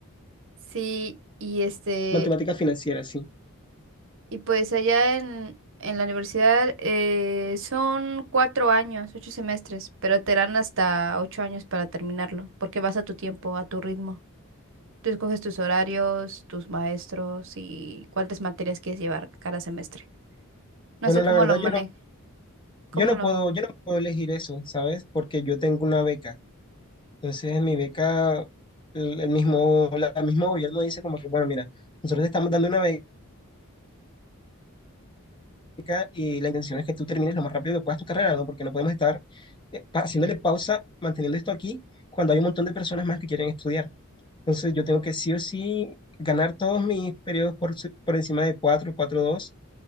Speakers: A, on the right (about 60°); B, on the left (about 20°).
A: Sí, y este,
B: Matemática financiera, sí.
A: y pues allá en, en la universidad eh, son cuatro años, ocho semestres, pero te dan hasta ocho años para terminarlo, porque vas a tu tiempo, a tu ritmo. Tú escoges tus horarios, tus maestros y cuántas materias quieres llevar cada semestre. No
B: Bueno,
A: sé
B: la
A: cómo
B: verdad
A: lo manejo,
B: yo no,
A: cómo
B: yo no
A: lo...
B: puedo, yo no puedo elegir eso, ¿sabes? Porque yo tengo una beca. Entonces, en mi beca, el, el mismo, la, el mismo gobierno dice como que, bueno, mira, nosotros te estamos dando una beca y la intención es que tú termines lo más rápido que puedas tu carrera, ¿no? Porque no podemos estar eh, pa- haciéndole pausa, manteniendo esto aquí, cuando hay un montón de personas más que quieren estudiar. Entonces, yo tengo que sí o sí ganar todos mis periodos por, su- por encima de 4 4 dos